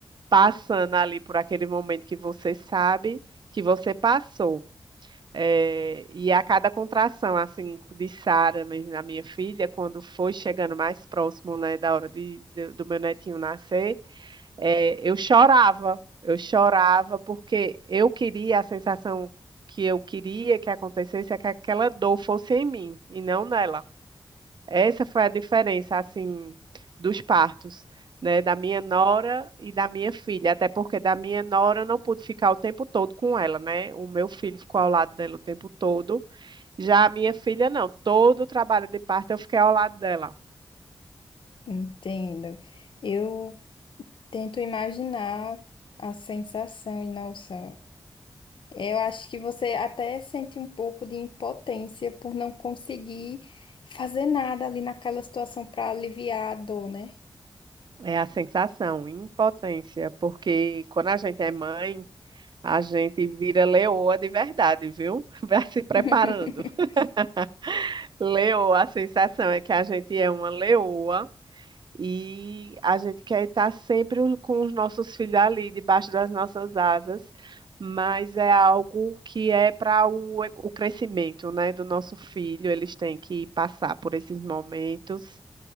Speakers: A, on the right (about 55°); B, on the left (about 65°).
A: passando ali por aquele momento que você sabe que você passou. É, e a cada contração, assim, de Sara, mesmo, a minha filha, quando foi chegando mais próximo, né, da hora de, de- do meu netinho nascer, é, eu chorava, eu chorava porque eu queria a sensação que eu queria que acontecesse é que aquela dor fosse em mim e não nela. Essa foi a diferença, assim, dos partos, né, da minha nora e da minha filha, até porque da minha nora eu não pude ficar o tempo todo com ela, né? O meu filho ficou ao lado dela o tempo todo. Já a minha filha não, todo o trabalho de parto eu fiquei ao lado dela.
B: Entendo. Eu tento imaginar a sensação e nossa. Eu acho que você até sente um pouco de impotência por não conseguir fazer nada ali naquela situação para aliviar a dor, né?
A: É a sensação, impotência, porque quando a gente é mãe, a gente vira leoa de verdade, viu? <laughs> Vai se preparando.
B: <laughs>
A: <laughs> Leoa, a sensação é que a gente é uma leoa E a gente quer estar sempre o- com os nossos filhos ali, debaixo das nossas asas, mas é algo que é para o, o crescimento, né, do nosso filho. Eles têm que passar por esses momentos,